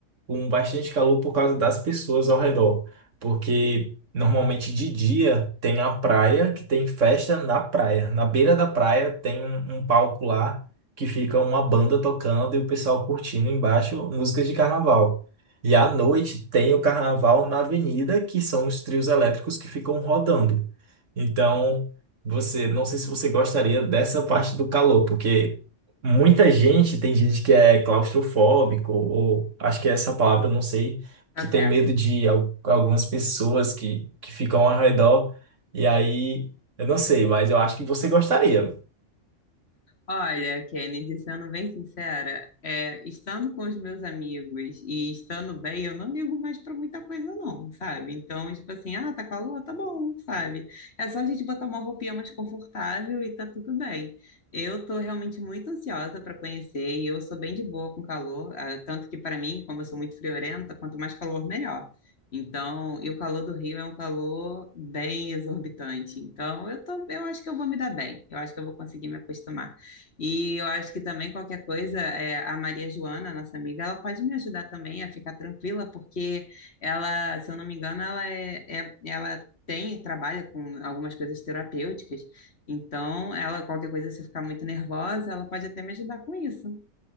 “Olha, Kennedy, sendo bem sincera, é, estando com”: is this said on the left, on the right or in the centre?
Left